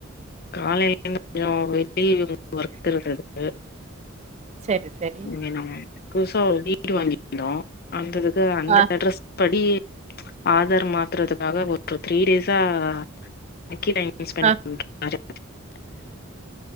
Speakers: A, on the left (about 50°); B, on the right (about 35°).
A: காலைல இருந்து கொஞ்சோ வெளில ஒர்க் இருந்தது
B: சரி சரி
A: <unintelligible> சோ வீடு வாங்கியிருந்தோ அந்ததுக்கு அ அந்த
B: ஆ
A: அட்ரெஸ் படி ஆதார் மாத்துறதுக்காக ஒரு த்ரீ டேஸா <unintelligible>
B: ஆ
A: <inaudible>